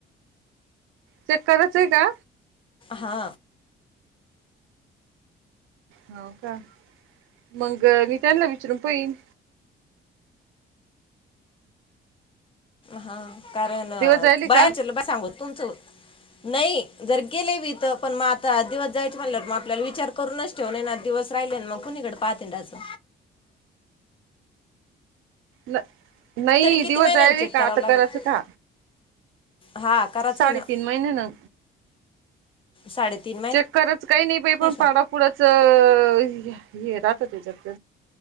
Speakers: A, on the right (about 85°); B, on the left (about 25°).
A: ते करायच का
B: हा
A: हो का मंग मी त्यांनला विचारून पाहिन
B: हा कारण
A: दिवस जायले
B: बाहेरच्याला
A: का?
B: काय सांगू तुमच नाइ जर गेले वित तर पण मग आता दिवस जायचे म्हणल मग आपल्याला विचार करूनच ठेवून ना आ दिवस राहिले ना मग कुणीकडे पाहत हिंडायचं
A: ल <unintelligible> नइ
B: किती
A: दिवस
B: महिन्यांनी
A: झाइले
B: चेक
A: का
B: करावं
A: आता
B: लागत
A: करायचं का
B: हा करायचं
A: साडेतीन
B: आहे ना
A: महिन्यांन
B: साडेतीन
A: चेक करायचं काही नाही बाई
B: महिन्याच
A: पण पाडा पुढचं अ ये राहत त्याच्यात